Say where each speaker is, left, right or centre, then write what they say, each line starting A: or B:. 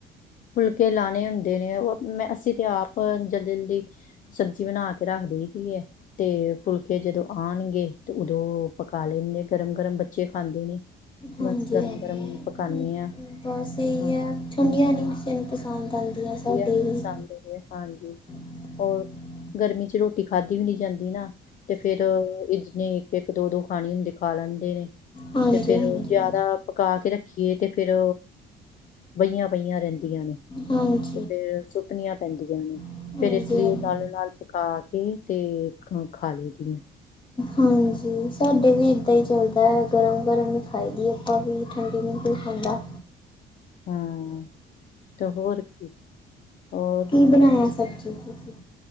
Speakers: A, on the left; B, on the left.
A: ਫੁਲਕੇ ਲਾਣੇ ਹੁੰਦੇ ਨੇ ਉਹ ਮੈਂ ਅਸੀਂ ਤਾਂ ਆਪ ਜਲਦੀ ਜਲਦੀ। ਸਬਜ਼ੀ ਬਣਾ ਕੇ ਰੱਖ ਦਈ ਦੀ ਆ। ਤੇ ਫੁਲਕੇ ਜਦੋਂ ਆਣਗੇ ਤੇ ਉਦੋਂ ਪਕਾ ਲੈਂਦੇ ਗਰਮ ਗਰਮ ਬੱਚੇ ਖਾਂਦੇ ਨੇ।
B: ਹਾਂਜੀ
A: ਬਸ ਗਰਮ
B: ਹਾਂ,
A: ਗਰਮ ਪਕਾਨੇ ਆ
B: ਬਸ ਇਹੀ
A: ਹਾਂ
B: ਐ ਠੰਡੀਆਂ
A: ਹਾਂ
B: ਨੀ ਕਿਸੇ ਨੇ ਪਸੰਦ ਆਦੀ ਆ
A: ਠੰਡੀਆਂ
B: ਸਾਡੇ
A: ਨੀ ਪਸੰਦ
B: ਵੀ।
A: ਹੈਗੀਆਂ ਹਾਂਜੀ।
B: <inaudible>
A: ਹੋਰ ਗਰਮੀ ਚ ਰੋਟੀ ਖਾਧੀ ਵੀ ਨੀ ਜਾਂਦੀ ਨਾ। ਤੇ ਫੇਰ ਜਿਨੇ ਇੱਕ ਇੱਕ ਦੋ ਦੋ ਖਾਣੀ ਹੁੰਦੀ ਖਾ ਲੈਂਦੇ ਨੇ।
B: ਹਾਂਜੀ
A: ਤੇ ਫੇਰ
B: ਹਾਂਜੀ
A: ਜ਼ਿਆਦਾ ਪਕਾ ਕੇ ਰੱਖੀਏ ਤੇ ਫੇਰ ਬਹੀਆਂ ਪਈਆਂ ਰਹਿੰਦੀਆਂ ਨੇ।
B: ਹਾਂਜੀ।
A: ਤੇ ਫੇਰ ਸੁੱਟਣੀਆਂ ਪੈਂਦੀਆਂ ਨੇ,
B: ਹਾਂਜੀ
A: ਫੇਰ ਇਸ ਲਈ
B: ਹਾਂਜੀ
A: ਉਹ ਨਾਲੋਂ ਨਾਲ। ਪਕਾ ਕੇ ਤੇ ਖਾ ਲਈਦੀਆਂ।
B: ਹਾਂਜੀ। ਸਾਡੇ ਵੀ ਇੱਦਾਂ ਹੀ ਚੱਲਦਾ ਐ ਗਰਮ-ਗਰਮ ਈ ਖਾਈ ਦੀ ਆਪਾਂ ਵੀ, ਠੰਡੀ ਨੀ ਕੋਈ ਖਾਂਦਾ।
A: ਹਂ ਤੇ ਹੋਰ ਕੀ। ਹੋਰ?
B: ਕੀ ਬਣਾਇਆ ਸਬਜ਼ੀ ਚ ਤੁਸੀ।